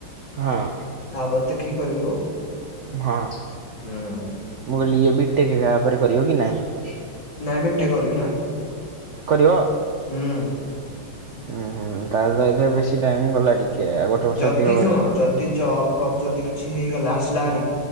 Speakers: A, on the right; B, on the left.
A: ହଁ।
B: ତାପରେ ଦେଖିକି କରିବୁ ଆଉ।
A: ହଁ ମୁଁ
B: ହୁଁ
A: କହିଲି ବି ଟେକ ୟା ପରେ କରିବ କି ନାଇଁ?
B: ନାଇ ବିଟେକ କରିବି ନା।
A: କରିବ?
B: ହୁଁ।
A: ଉୁଁ ହୁଁ ତାହଲେ ତ ଏଥରେ ବେଶୀ ଟାଇମ ଗଲା ଟିକେ। ଆଉ ଗୋଟେ ବର୍ଷ
B: ଯଦି
A: ଅଧିକ ପଳେଇଗଲା।
B: ଶୁଣ ଯଦି ଜପ୍ ଫପ୍ ଯଦି କିଛି ହେଇଗଲା ଆସିଲାରି